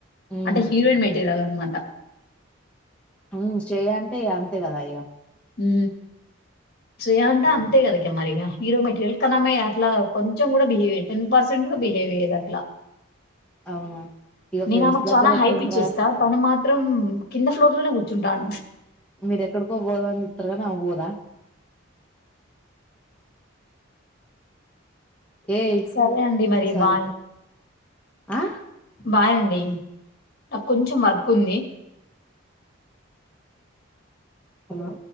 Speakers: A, in the centre; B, on the left (about 50°).
A: ఉమ్
B: అంటే హీరోయిన్ మెటీరియల్ అనమాట.
A: అవును శ్రేయ అంటే అంతే కదా ఇక
B: ఊ శ్రేయ అంటె అంతే కదక మరిగా హీరో మెటీరియల్ కాని అమ్మాయి అట్లా కొంచం కూడా బిహేవియర్ టెన్ పర్సెంట్ కూడా బిహేవ్ చేయదు అట్లా
A: అవునా ఇగ
B: నేను
A: ఫ్రెండ్స్
B: ఆమెకు చాలా
A: దగ్గర ఎట్లుంటరా
B: హైపిచ్చేస్తా తను మాత్రం కింద ఫ్లోర్ లోనే కూర్చుంటాఆన్
A: మీరు ఎక్కడికో ఉంటరు కదా ఆమె పొద ఏయ్
B: సరే అండి మరి
A: సారీ
B: బాయ్
A: ఆ
B: బాయ్ అండి ది నాకు కొంచెం వర్క్ ఉంది
A: హలో